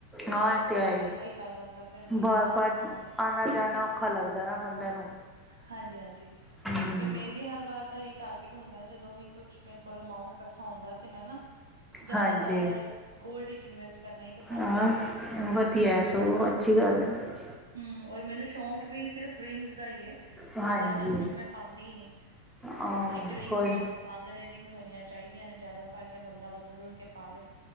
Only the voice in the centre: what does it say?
ਹਾਂ
ਇਹ
ਹੈ
ਬਾਰ-ਬਾਰ
ਆਣਾ ਜਾਣਾ ਔਖਾ ਲੱਗਦਾ ਨਾ ਬੰਦੇ ਨੂੰ
ਹੂੰ
ਹਾਂਜੀ
ਹਾਂ
ਵਧੀਆ ਸਗੋਂ ਅੱਛੀ ਗੱਲ ਹੈ।
ਹਾਂਜੀ
ਹਾਂ
ਕੋਈ